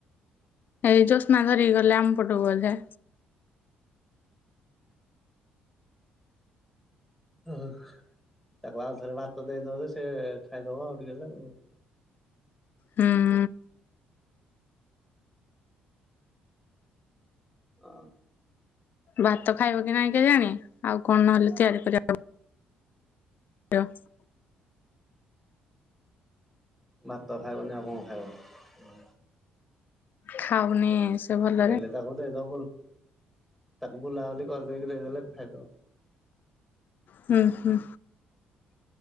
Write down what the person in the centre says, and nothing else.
ଓ। ତାକୁ ଆଉ ଥରେ ଭାତ ଦେଇଦବ ଯେ ସେ ଖାଇଦବ ଆଉ ଟିକେ ହେଲେ।
ଅଁ।
ଭାତ ଖାଇବନି ଆଉ କଣ ଖାଇବ?
ହେଲେ ତାକୁ ଦେଇଦବ ବୁ ତାକୁ ବୁଲାବୁଲି କରିଦେଇକି ଦେଇଦେଲେ ଖାଇଦବ।
ହୁଁ